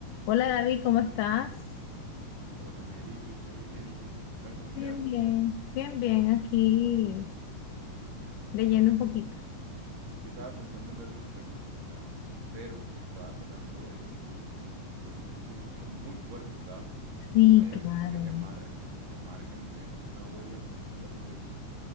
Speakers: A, on the left (about 85°); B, on the right (about 85°).
A: Hola David, ¿cómo estás?
B: Hola Mary, súper bien. ¿Y tú? Cuéntame, ¿qué
A: Bien,
B: haces?
A: bien. Bien, bien, aquí leyendo un poquito.
B: Yo estaba pensando en verme una película, ¿sabes? Pero estaba tratando de decidirme, porque hay películas que son muy fuertes, ¿sabes?
A: Sí,
B: Hay algunas
A: claro.
B: que te marcan, que te marcan y te dejan una huella profunda que uno dice,